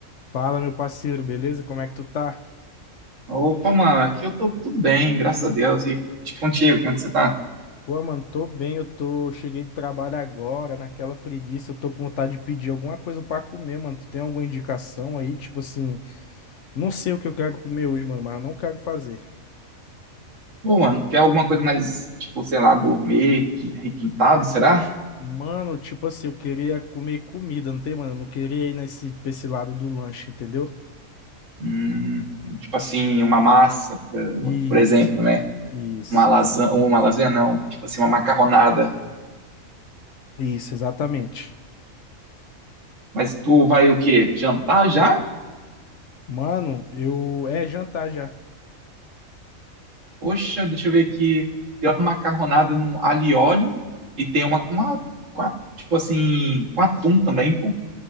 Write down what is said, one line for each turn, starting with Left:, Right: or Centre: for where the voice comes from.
Left: Fala, meu parceiro, beleza? Como é que tu tá?
Right: Opa, mano, aqui eu tô tudo bem, graças a Deus. E te- contigo, como é que você tá?
Left: Pô, mano, tô bem, eu tô, cheguei de trabalho agora, naquela preguiça, eu tô com vontade de pedir alguma coisa pra comer, mano. Tu tem alguma indicação aí? Tipo assim, não sei o que eu quero comer hoje, mano, mas eu não quero fazer.
Right: Pô, mano, quer alguma coisa mais, tipo, sei lá, gourmet, requi- requintado, será?
Left: Mano, tipo assim, eu queria comer comida, não tem, mano? Eu não queria ir nesse, pra esse lado do lanche, entendeu?
Right: Hum, tipo assim, uma massa, por,
Left: Isso,
Right: por exemplo, né?
Left: isso,
Right: Uma lasanha, ou uma lasanha não, tipo assim, uma macarronada.
Left: isso, exatamente.
Right: Mas tu vai o quê? Jantar já?
Left: Mano, eu, é jantar já.
Right: Poxa, deixa eu ver aqui. Tem uma macarronada no alho e óleo e tem uma com, a, com a- tipo assim, com atum também, pô.